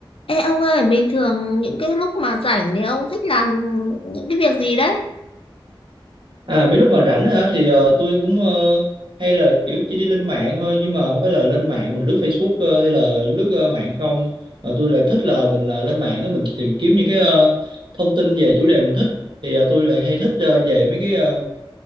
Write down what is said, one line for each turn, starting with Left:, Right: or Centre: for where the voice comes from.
Left: Ê ông ơi, bình thường những cái lúc mà rảnh thì ông thích làm những cái việc gì đấy?
Right: À, mấy lúc mà rảnh á hả thì ờ, tôi cũng ờ, hay là kiểu chỉ đi lên mạng thôi nhưng mà không phải là lên mạng mình lướt Facebook ờ, hay là lướt ờ, mạng không mà tôi lại thích là mình là lên mạng á, mình tìm kiếm những cái ờ, thông tin về chủ đề mình thích thì ờ, tôi lại hay thích ờ, về mấy cái ờ,